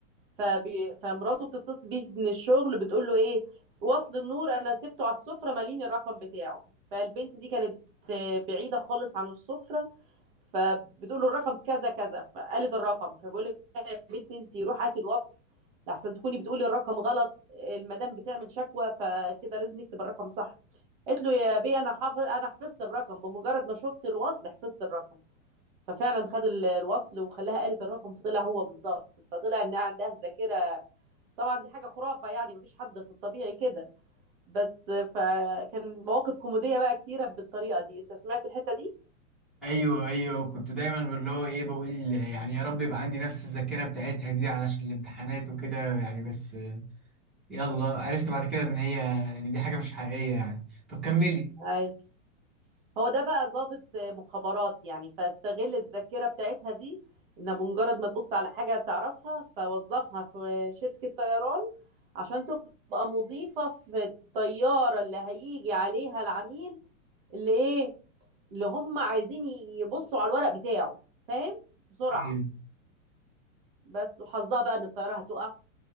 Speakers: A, on the right; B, in the centre.
A: فبي... فمراته بتتصل بيه من الشغل بتقول له ايه وصل النور انا سبته على السفره ماليني الرقم بتاعه فالبنت دي كانت آه، بعيده خالص عن السفره فبتقول له الرقم كذا كذا فقالت الرقم فبيقول لها يا بنت انت روحي هاتي الوصل لحسن تكوني بتقولي الرقم غلط المدام بتعمل شكوى فكده لازم نكتب الرقم صح قالت له يا بي انا حافظ انا حفظت الرقم بمجرد ما شفت الوصل حفظت الرقم ففعلا خد ال- الوصل وخلاها قالت الرقم فطلع هو بالظبط فطلع انها عندها الذاكره طبعا دي حاجة خرافة يعني مفيش حد في الطبيعي كده بس فكان مواقف كوميدية بقى كتيرة بالطريقة دي انت سمعت الحتة دي؟
B: ايوه ايوه كنت دايما اللي هو ايه بقول يعني يا رب يبقى عندي نفس الذاكرة بتاعتها دي علشان الامتحانات وكده يعني بس يلا عرفت بعد كده ان هي ان دي حاجة مش حقيقية يعني طب كملي
A: اي هو ده بقى ضابط مخابرات يعني فاستغل الذاكرة بتاعتها دي انها بمجرد ما تبص على حاجة تعرفها فوظفها في شركة طيران عشان تبقى مضيفة في الطيارة اللي هيجي عليها العميل اللي ايه اللي هم عايزين يبصوا على الورق بتاعه فاهم بسرعة
B: ايوه
A: بس وحظها بقى ان الطيارة هتقع